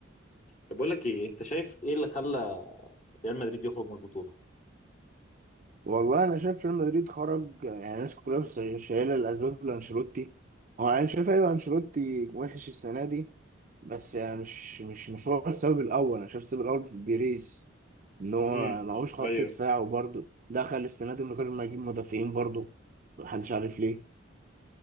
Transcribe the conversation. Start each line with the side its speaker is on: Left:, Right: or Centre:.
Left: طب بقول لك ايه انت شايف ايه اللي خلى ريال مدريد يخرج من البطوله
Right: والله انا شايف ريال مدريد خرج يعني الناس كلها بس- شايله الاسباب لانشيلوتي هو انا شايف ايوه انشيلوتي وحش السنة دي بس يعني مش مش مش هو السبب الاول انا شايف السبب الاول في بيريز ان هو
Left: امم
Right: معهوش خط
Left: ايوه
Right: دفاع وبرضه دخل السنه دي من غير ما يجيب مدافعين برضه محدش عارف ليه